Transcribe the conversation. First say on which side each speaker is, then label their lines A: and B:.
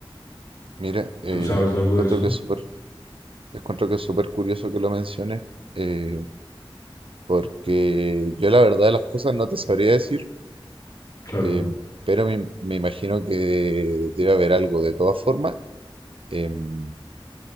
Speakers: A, on the right; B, on the left.
A: Mira, eh,
B: ¿Tú sabes algo
A: encuentro
B: de eso?
A: que es súper, encuentro que es súper curioso que lo menciones. Eh, Porque yo la verdad de las cosas no te sabría decir,
B: Claro.
A: em, pero me, me imagino que debe haber algo. De todas formas, em,